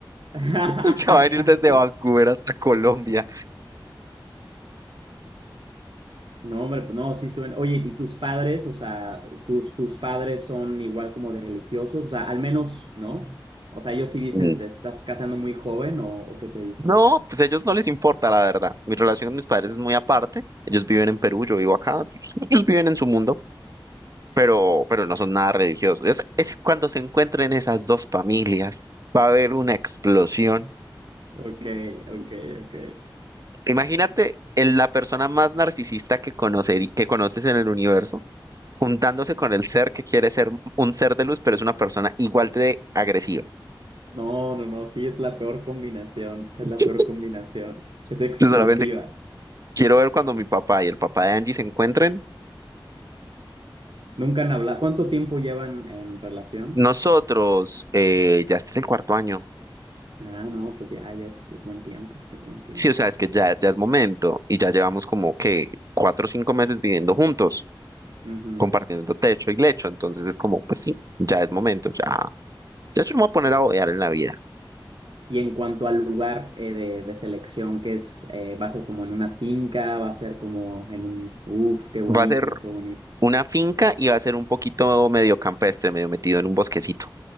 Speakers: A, on the right; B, on the right.
A: <laughs>
B: <laughs> ya va a venir desde Vancouver hasta Colombia.
A: No, hombre, pues no, sí suena. Oye, ¿y tus padres? O sea, tus, tus padres son igual como de religiosos, o sea, al menos, ¿no? O sea, ellos sí dicen,
B: Mm.
A: ¿te estás casando muy joven o, o qué te dicen?
B: No, pues a ellos no les importa, la verdad. Mi relación con mis padres es muy aparte. Ellos viven en Perú, yo vivo acá. Ellos ellos viven en su mundo, pero, pero no son nada religiosos. Es, es cuando se encuentren esas dos familias, va a haber una explosión.
A: Ok, ok, ok.
B: Imagínate el- la persona más narcisista que conocer, que conoces en el universo, juntándose con el ser que quiere ser un ser de luz, pero es una persona igual de agresiva.
A: No, no, no, sí, es la peor combinación, es
B: <laughs>
A: la peor combinación. Es explosiva.
B: Yo solamente quiero ver cuando mi papá y el papá de Angie se encuentren.
A: Nunca han hablado. ¿Cuánto tiempo llevan en relación?
B: Nosotros, eh, ya este es el cuarto año.
A: Ah, no, pues ya, ya es, ya es buen tiempo, ya es buen tiempo.
B: Sí, o sea, es que ya, ya es momento y ya llevamos como que cuatro o cinco meses viviendo juntos,
A: Ujú.
B: compartiendo techo y lecho, entonces es como, pues sí, ya es momento, ya, ya yo no me voy a poner a bodear en la vida.
A: Y en cuanto al lugar eh, de, de selección, que es, eh, va a ser como en una finca, va a ser como en un, uf, qué bonito,
B: Va a ser
A: qué bonito.
B: una finca y va a ser un poquito medio campestre, medio metido en un bosquecito.